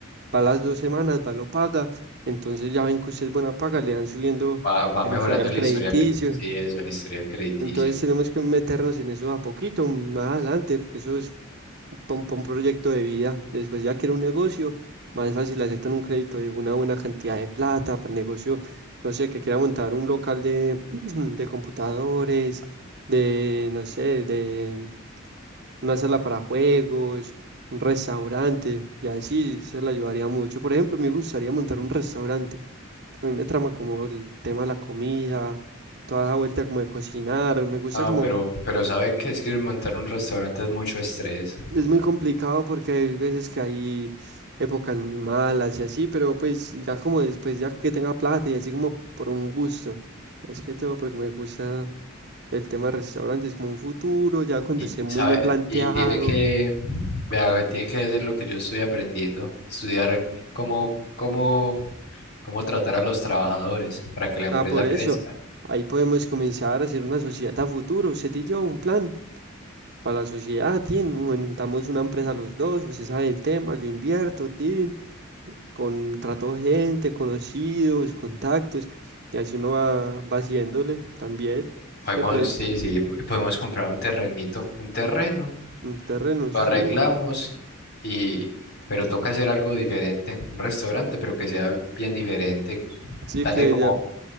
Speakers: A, on the right (about 55°); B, on the left (about 55°).
A: va las dos semanas, va lo paga, entonces ya ven que usted es buena paga, le van subiendo
B: va, va
A: el
B: mejorando
A: historial
B: el
A: crediticio
B: historial, sí, eso, el historial crediticio.
A: entonces tenemos que meternos en eso a poquito, más adelante, porque eso es para un, pa' un proyecto de vida. Después ya que era un negocio, más fácil aceptan un crédito de una buena cantidad de plata para el negocio, no sé, que quiera montar un local de, <clears throat> de computadores, de, no sé, de una sala para juegos, un restaurante, y así se le ayudaría mucho. Por ejemplo, me gustaría montar un restaurante, porque a mí me trama como el tema de la comida toda esa vuelta como de cocinar, me gusta
B: Ah,
A: como,
B: pero, pero sabe que es que montar un restaurante es mucho estrés
A: es muy complicado porque hay veces que hay épocas muy malas y así, pero pues ya como después, ya que tenga plata y así como por un gusto, es que todo porque me gusta el tema de restaurantes como un futuro, ya cuando
B: y
A: esté muy
B: sabe,
A: bien planteado,
B: y tiene que, vea, tiene que hacer lo que yo estoy aprendiendo, estudiar cómo, cómo, cómo tratar a los trabajadores para que la empresa
A: ah, por eso,
B: crezca.
A: ahí podemos comenzar a hacer una sociedad a futuro, usted y yo, un plan. Para la sociedad, Tin, montamos una empresa los dos, usted sabe el tema, yo invierto, Tin, Contrató gente, conocidos, contactos, y así uno va, va haciéndole también.
B: Podemos,
A: Es que puede,
B: sí, sí, po- podemos comprar un terrenito, un terreno,
A: un terreno,
B: lo
A: sí,
B: arreglamos y, pero toca hacer algo diferente, un restaurante, pero que sea bien diferente,
A: sí
B: darle
A: que
B: como
A: ya,